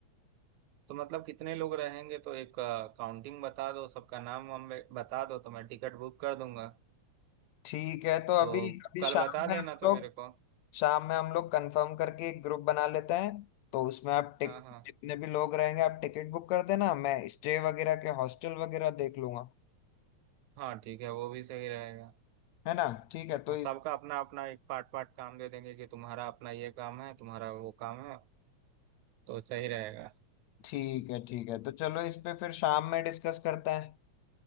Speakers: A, on the right; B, on the left.
A: तो मतलब कितने लोग रहेंगे तो एक काउंटिंग बता दो सबका नाम हम बता दो तो मैं टिकट बुक कर दूंगा
B: ठीक है तो
A: तो
B: अभी अभी
A: कल
B: शाम
A: बता
B: में हम
A: देना
B: लोग
A: तो मेरे को
B: शाम में हम लोग कंफर्म करके एक ग्रुप बना लेते हैं तो उसमें आप टिक
A: हाँ हाँ
B: जितने भी लोग रहेंगे आप टिकट बुक कर देना मैं स्टे वगैरह के हॉस्टल वगैरह देख लूंगा
A: हाँ ठीक है वो भी सही रहेगा
B: है ना ठीक है तो
A: और
B: इस
A: सबका अपना अपना एक पार्ट पार्ट काम दे देंगे कि तुम्हारा अपना ये काम है तुम्हारा वो काम है तो सही रहेगा
B: ठीक है ठीक है तो चलो इस पे फिर शाम में डिस्कस करते हैं